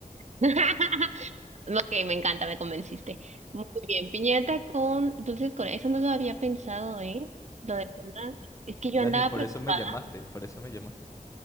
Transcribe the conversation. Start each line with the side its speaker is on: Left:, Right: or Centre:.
Right: <laughs> Ok, me encanta, me convenciste. Muy bien, piñata con dulces Corea. Eso no lo había pensado, ¿eh? Lo del tema. Es que
Left: Dani,
Right: yo andaba
Left: por
Right: preocupada.
Left: eso me llamaste, por eso me llamaste.